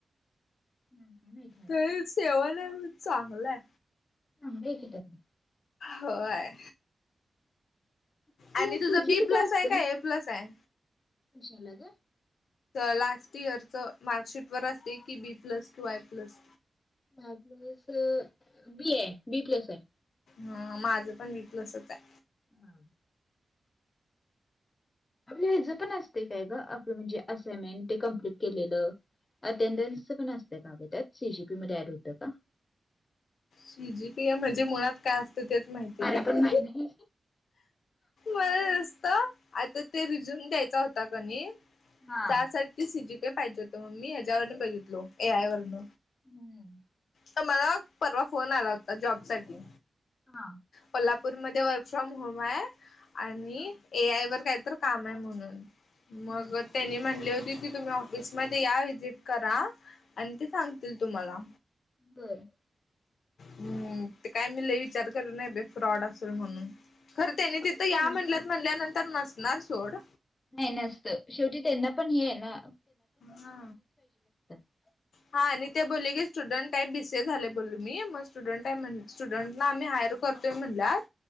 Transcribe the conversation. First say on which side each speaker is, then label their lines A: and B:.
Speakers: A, on the left; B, on the left.
A: हम.
B: त सेवल आहे म्हणून चांगलंय.
A: हां बे तिखट.
B: होय
A: आपलं
B: आणि तुझ
A: सी जी
B: बी
A: पी
B: प्लस
A: काय असतं?
B: आहे का ए प्लस आहे.
A: कशाला ग.
B: लास्ट इयर च मार्कशीट वर असते की B plus to I plus.
A: Plus B आहे बी प्लस आहे.
B: हा माझं पण बी प्लसच आहे.
A: हम. आपलं ह्याचं पण असते काय ग आपलं म्हणजे असइनमेंट ते कम्प्लीट केलेलं. अटेंडन्सच पण असतं का गं त्यात सीजीपी मध्ये ऍड होतं का?
B: सीजी पीया म्हणजे मुळात काय असतं तेच माहिती
A: मला
B: नाही.
A: पण माहित नाही.
B: बरं असत आता ते रिझ्यूम द्यायचा होता कनी
A: हा
B: त्यासाठी ती सीजीपी पाहिजे होत मग मी ह्याच्यावरून बघितलो ए आय वरन
A: हम.
B: तर मला परवा फोन आला होता जॉब साठी
A: हा
B: कोल्हापूरमध्ये वर्क फ्रॉम होम आहे. आणि
A: बरं.
B: ए आय वर काय तर काम आहे म्हणून मग
A: हं.
B: त्यांनी म्हनले होती की तुम्ही ऑफिसमध्ये या विजिट करा आणि ते सांगतील तुम्हाला
A: बर
B: हम्म ते काय मी लई विचार करत नाहीे फ्रॉड असेल म्हणून खरं त्यांनी
A: नाही टेन्शन
B: तिथं या म्हंल्यात
A: येतं
B: म्हणल्यानंतर
A: ना.
B: नसणार सोड
A: नाही नसत शेवटी त्यांना पण हे आहे ना
B: हा
A: ह.
B: हा आणि ते बोलले की स्टुडंट आहे बीसीए झाले बोलू मी मग स्टुडंट आहे म्ह स्टुडंटला आम्ही हायर करतोय म्हणल्या आज